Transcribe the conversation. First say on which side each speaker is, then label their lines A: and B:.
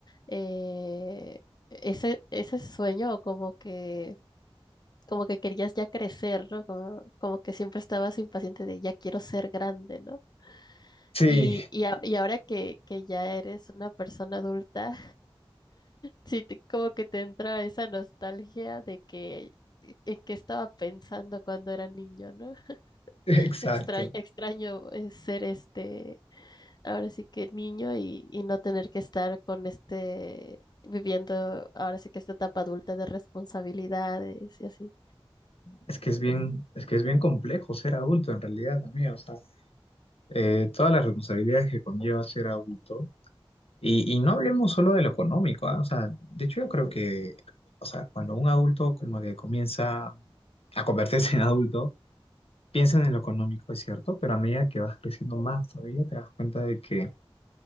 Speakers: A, on the left; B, on the left.
A: eh, ese, ese sueño, o como que, como que querías ya crecer, ¿no? Como, como que siempre estabas impaciente de ya quiero ser grande, ¿no?
B: Sí,
A: Y, y, a- y ahora que, que ya eres una persona adulta, Sí, te- como que te entra esa nostalgia de que e, en qué estaba pensando cuando era niño, ¿no? <laughs>
B: <laughs> exacto.
A: Extraño, extraño eh, ser este, ahora sí que niño y, y no tener que estar con este, viviendo ahora sí que esta etapa adulta de responsabilidades y así.
B: Es que es bien, es que es bien complejo ser adulto en realidad, amigo. O sea, eh, todas las responsabilidades que conlleva ser adulto. Y, y no hablemos solo de lo económico, ¿ah? O sea, de hecho yo creo que, o sea, cuando un adulto como que comienza a convertirse en adulto, piensan en lo económico, es cierto, pero a medida que vas creciendo más todavía te das cuenta de que